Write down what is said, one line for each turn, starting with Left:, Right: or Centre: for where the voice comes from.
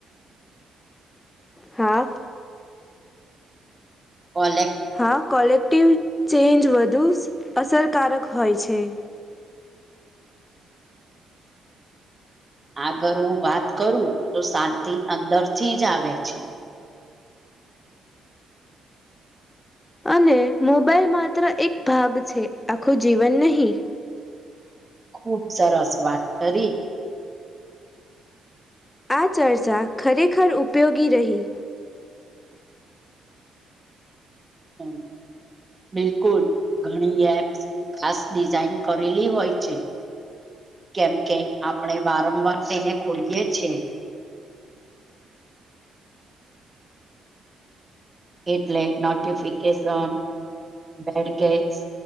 Left: હા.
Right: કોલે
Left: હા કોલેક્ટિવ ચેન્જ વધુ અસરકારક હોય છે.
Right: આગળ હું વાત કરું તો શાંતિ અંદરથી જ આવે છે.
Left: અને મોબાઈલ માત્ર એક ભાગ છે, આખું જીવન નહી.
Right: ખુબ સરસ વાત કરી
Left: આ ચર્ચા ખરેખર ઉપયોગી રહી
Right: <inaudible> બિલકુલ ઘણી એપ્સ ખાસ ડિઝઇન કરેલી હોય છે. કેમ કે આપણે વારંવાર તેને ખોલીયે છે. એટલે notification badges,